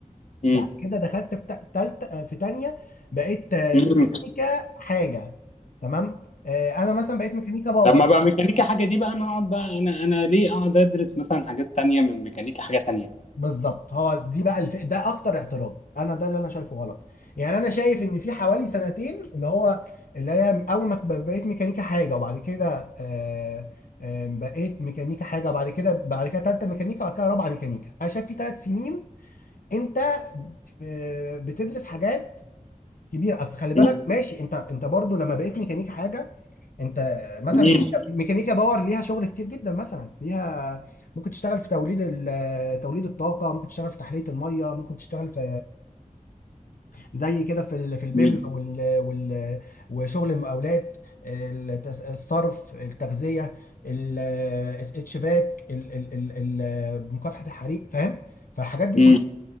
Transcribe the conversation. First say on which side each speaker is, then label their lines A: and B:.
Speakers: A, on the left; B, on the left.
A: امم
B: بعد كده دخلت في تا- تالت آه، في تانية بقيت آه،
A: امم
B: ميكانيكا حاجه تمام آه، انا مثلا بقيت ميكانيكا باور
A: لما بقى ميكانيكا حاجه دي بقى انا اقعد بقى انا انا ليه اقعد ادرس مثلا حاجات تانية من ميكانيكا حاجه تانية
B: بالظبط هو دي بقى الف... ده اكتر اعتراض انا ده اللي انا شايفه غلط يعني انا شايف ان في حوالي سنتين اللي هو اللي هي اول ما ب- بقيت ميكانيكا حاجه وبعد كده آه آه بقيت ميكانيكا حاجه وبعد كده بعد كده تالته ميكانيكا وبعد كده رابعه ميكانيكا انا شايف في ثلاث سنين انت في بتدرس حاجات كبيره اصل خلي بالك
A: امم
B: ماشي انت انت برضو لما بقيت ميكانيكا حاجه انت مثلا
A: امم
B: ميكانيكا ميكانيكا باور ليها شغل كتير جدا مثلا ليها ممكن تشتغل في توليد ال- توليد الطاقه ممكن تشتغل في تحليه الميه ممكن تشتغل في زي كده في ال- في البيم
A: امم
B: وال وال وشغل المقاولات التس- الصرف التغذيه ال- الشباك ال- ال- ال- ال- مكافحه الحريق فاهم فالحاجات دي
A: إمم،